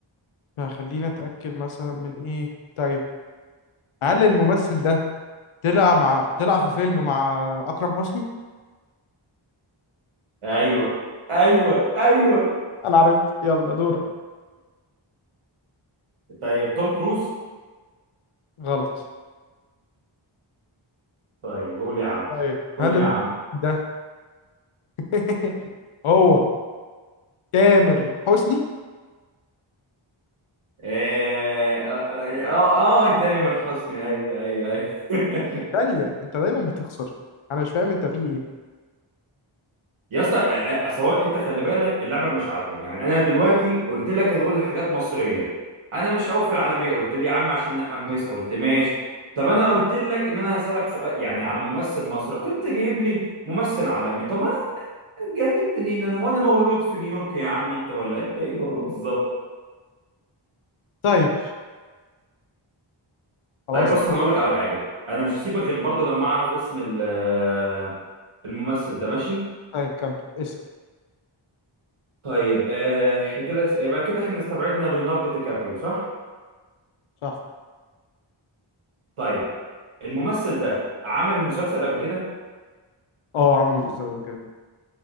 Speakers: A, on the left; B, on the right.
A: فخلينا اتاكد مثلا من ايه طيب هل الممثل ده طلع مع طلع في فيلم مع اكرم حسني
B: ايوه ايوه ايوه
A: انا عرفت يلا دورك
B: طيب توم كروز
A: غلط
B: طيب قول يا عم
A: طيب
B: قول
A: هل
B: يا
A: ال-
B: عم
A: ده <laughs> هو تامر حسني
B: اه اه اه آه، آه، تامر حسني ايوه ايوه ايوه <laughs>
A: ثانيه انت دايما بتخسر انا مش فاهم انت في ايه
B: يا اسطى آه، آه، سواء انت خلي بالك اللعبه مش عادله يعني انا دلوقتي قلت لك هنقول حاجات مصريه انا مش هقول في العالميه قلت لي يا عم عشان نحمس قلت ماشي طب انا قلت لك ان انا هسالك سؤال يعني على ممثل مصري رحت انت جايب لي ممثل عالمي طب ما هجيب منين انا هو انا مولود في نيويورك يا عم انت ولا انت ايه بر- بالظبط
A: طيب خلاص
B: طيب بص انا هقول لك على حاجه انا مش هسيبك غير برضه لما اعرف اسم ال- آه، الممثل ده ماشي
A: طيب كمل اسال
B: طيب آه، احنا كده اس- يبقى كده احنا استبعدنا ليوناردو دي كابريو صح
A: صح
B: طيب الممثل ده عمل مسلسل قبل كده
A: اه عمل مسلسل قبل كده